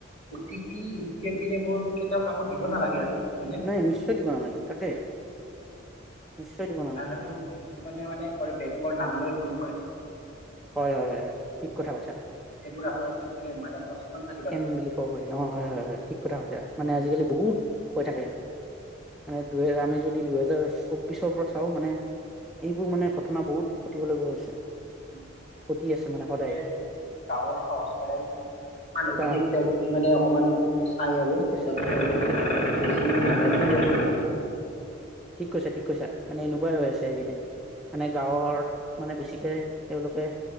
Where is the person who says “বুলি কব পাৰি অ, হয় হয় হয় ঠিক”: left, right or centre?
Centre